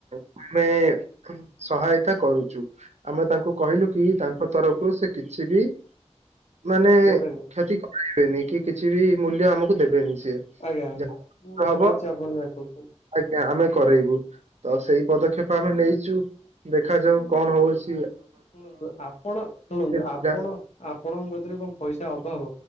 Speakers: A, on the right; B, on the left.
A: ଆମେ ସହାୟତା କରୁଚୁ। ଆମେ ତାଙ୍କୁ କହିଲୁ କି ତାଙ୍କ ତରଫ୍ ରୁ ସେ କିଛି ବି ମାନେ
B: ଦେବେନି
A: କ୍ଷତି କରାଇବେନି କି କିଛି ବି ମୂଲ୍ୟ ଆମକୁ ଦେବେନି ସିଏ।
B: ଆଜ୍ଞା-ଆଜ୍ଞା
A: ଯାହା
B: ମୁଁ ବୁଝିପାରୁଚି
A: ହବ
B: ଆପଣ ଯାହା କହୁଚନ୍ତି।
A: ଆଜ୍ଞା ଆମେ କରେଇବୁ ତ ସେଇ ପଦକ୍ଷେପ ଆମେ ନେଇଚୁ ଦେଖାଯାଉ କଣ ହଉଚି।
B: ଶୁଣନ୍ତୁ ଆପଣ ଶୁଣନ୍ତୁ
A: ରହିଲା
B: ଆପଣ ଆପ ଆପଣଙ୍କ କତିରେ କଣ ପଇସା ଅଭାବ